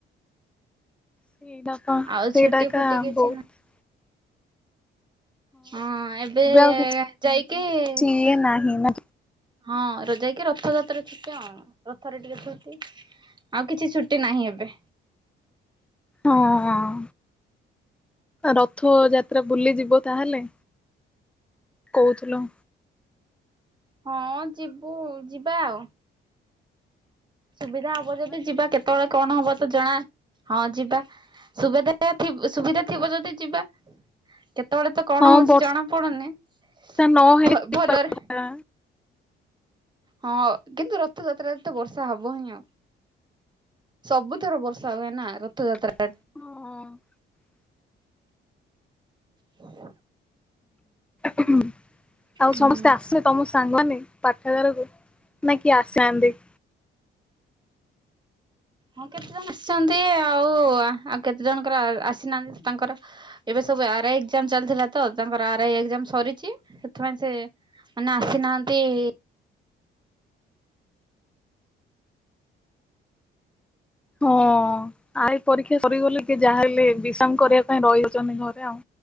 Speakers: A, in the centre; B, on the right.
A: ସେଇଟାପ
B: ଆଉ
A: ସେଇଟାକା
B: ଛୁଟି ଫୁଟି କିଛି
A: ବହୁତ
B: ନା ହଁ ଏବେ
A: ଆଉ କିଛି
B: ଯାଇକି
A: ଇଏ ନାହିଁ
B: <inaudible>
A: ନା।
B: ହଁ ର ଯାଇକି ରଥଯାତ୍ରା ଥିକ ଆ ରଥରେ ଟିକେ ଥୁଛି ଆଉ କିଛି ଛୁଟି ନାହିଁ। ଏବେ
A: ହଁ ରଥ ଯାତ୍ରା ବୁଲି ଯିବ ତାହେଲେ କହୁଥିଲ।
B: ହଁ ଯିବୁ ଯିବା ଆଉ ସୁବିଧା ହବ ଯଦି ଯିବା କେତେବେଳେ କଣ ହବ ତ ଜଣା ହଁ ଯିବା ସୁବିଧାଥି ସୁବିଧା ଥିବ ଯଦି ଯିବା। କେତେବେଳେ ତ କଣ
A: ହଁ
B: ହଉଛି
A: ବର୍ଷା
B: ଜଣା ପଡୁନି ଭ
A: ନହେଲେ
B: ଭଲରେ-
A: ଯିବା।
B: ହଁ କିନ୍ତୁ ରଥଯାତ୍ରାରେ ତ ବର୍ଷା ହବ ହିଁ ଆଉ ସବୁଥର ବର୍ଷା ହୁଏ ନା ରଥଯାତ୍ରା-
A: ହ
B: ହ
A: ହୁଁ ଆଉ
B: ହୁଁ।
A: ସମସ୍ତେ ଆସିବେ ତମ ସାଙ୍ଗମାନେ- ପାଠାଗାରକୁ ନା କିଏ ଆସିନ୍ତି-
B: ହଁ କେତେ ଜଣ ଆସିଛନ୍ତି ଆଉ ଆଉ କେତେ ଜଣଙ୍କର ଆସିନାହାନ୍ତି ତାଙ୍କର ଏବେ ସବୁ ଆର ଆଇ ଏାମ ଚାଲିଥିଲା ତ ତାଙ୍କର ଆର ଆଇ ଏାମ ସରିଛି ସେଥିପାଇଁ ସେ ମାନେ ଆସିନାହାନ୍ତି-
A: ହଁ ଆଇ ପରୀକ୍ଷା ସରିଗଲେ କି ଯାହା ହେଲେ ବିଷାମ କରିବା ପାଇଁ ରହିଯାଉଛନ୍ତି ଘରେ ଆଉ।